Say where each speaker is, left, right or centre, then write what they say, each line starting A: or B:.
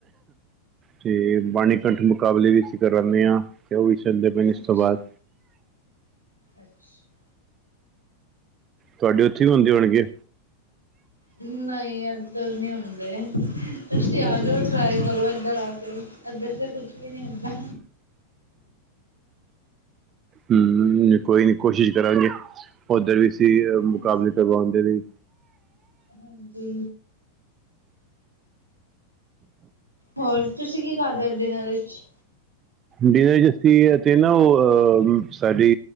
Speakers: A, on the right; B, on the right.
A: ਤੇ ਬਾਣੀ ਕੰਠ ਮੁਕਾਬਲੇ ਵੀ ਅਸੀਂ ਕਰਾਉਨੇ ਆ। ਕਿ ਓੁਹਵੀ <unintelligible>
B: ਅੱਛਾ
A: ਇਸ ਤੋਂ ਬਾਦ
B: ਅੱਛਾ।
A: ਤੁਹਾਡੇ ਉੱਥੇ ਵੀ ਹੁੰਦੇ ਹੋਣਗੇ?
B: ਨਹੀਂ ਇਧਰ ਨਹੀਂ ਹੁੰਦੇ ਤੁਸੀਂ ਆ ਜਾਓ ਟਰਾਏ ਕਰੋ ਇਧਰ ਆ ਕੇ। ਇੱਧਰ ਤੇ ਕੁਛ ਵੀ ਨੀ ਹੁੰਦਾ।
A: ਹਮ, ਨੀ ਕੋਈ ਨੀ ਕੋਸ਼ਿਸ਼ ਕਰਾਂਗੇ, ਉੱਧਰ ਵੀ ਅਸੀ
B: ਹਾਂਜੀ
A: ਅ ਮੁਕਾਬਲੇ ਕਰਵਾਉਣ ਦੇ ਲਈ।
B: ਹਾਂਜੀ। ਹੋਰ, ਤੁਸੀਂ ਕੀ ਖਾਦਾ ਡਿਨਰ ਵਿੱਚ?
A: ਡਿਨਰ 'ਚ ਅਸੀ ਅਤੇ ਨਾ ਉਹ, ਅਹ ਸਾਡੀ